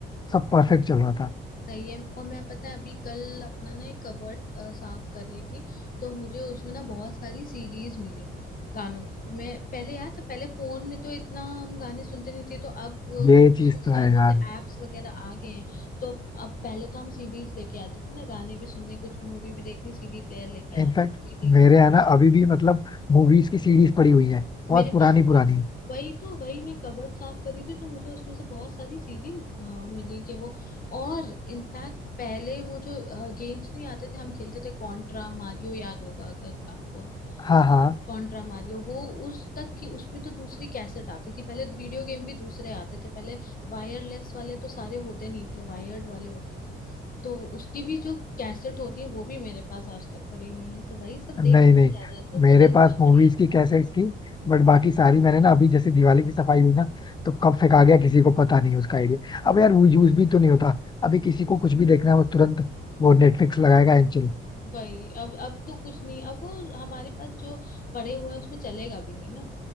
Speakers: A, on the left; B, on the left.
A: सब परफेक्ट चल रहा था
B: सही है और मैं पता है अभी कल अपना ना एक कबर्ट साफ कर रही थी तो मुझे उसमें ना बहुत सारी सीरीज मिली गानों की मैं पहले याद है पहले फोन में तो इतना हम गाने सुनते नहीं थे तो अब अ,
A: ये चीज तो
B: सालों
A: है यार
B: से एप्स वगैरह आ गए हैं तो अब अब पहले तो हम सीडीज लेके आते थे ना गाने भी सुनने कुछ मूवी भी देखनी सीडी प्लेयर लेके
A: इनफैक्ट
B: आ सीडी
A: मेरे यहाँ ना अभी भी मतलब मूवीज की सीरीज पड़ी हुई है बहुत
B: मेरे
A: पुरानी
B: पास
A: पुरानी
B: वही तो वही मैं कबर्ड साफ करी थी तो मुझे उसमें से बहुत सारी सीडी अ, मिली के वो और इनफैक्ट पहले वो जो गेम्स नहीं आते थे हम खेलते थे कॉन्ट्रा मारियो याद होगा अगर आपको
A: हाँ हाँ
B: कॉन्ट्रा मारियो वो उस तक की उसमें तो दूसरी कैसेट आती थी पहले वीडियो गेम भी दूसरे आते थे पहले वायरलेस वाले तो सारे होते नहीं थे वायर्ड वाले होते थे तो उसकी भी जो कैसेट होती है वो भी मेरे पास आज तक पड़ी हुई है तो वही सब
A: नहीं
B: देख के
A: नहीं
B: याद आता था
A: मेरे
B: वो दिन
A: पास
B: बहुत
A: मूवीज
B: बढ़िया था
A: की कैसेट्स थी बट बाकी सारी मैंने ना अभी जैसे दिवाली की सफाई हुई ना तो कब फेंका गया किसी को पता नहीं उसका आइडिया अब यार वो यूज भी तो नहीं होता अभी किसी को कुछ भी देखना है वो तुरंत वो नेटफ्लिक्स लगाएगा एंड चिल
B: वही अब अब तो कुछ नहीं अब वो हमारे पास जो पड़े हुए हैं उसमें चलेगा भी नहीं ना